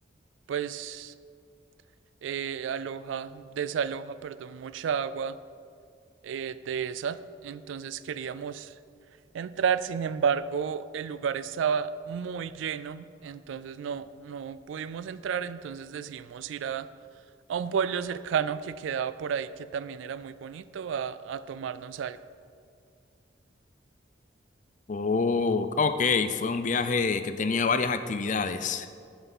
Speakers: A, on the right (about 80°); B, on the left (about 40°).
A: pues eh, aloja, desaloja, perdón, mucha agua. eh, de esa. Entonces queríamos entrar, sin embargo, el lugar estaba muy lleno, entonces no, no pudimos entrar, entonces decidimos ir a, a un pueblo cercano que quedaba por ahí, que también era muy bonito, a, a tomarnos algo.
B: Oh, ok, fue un viaje que tenía varias actividades.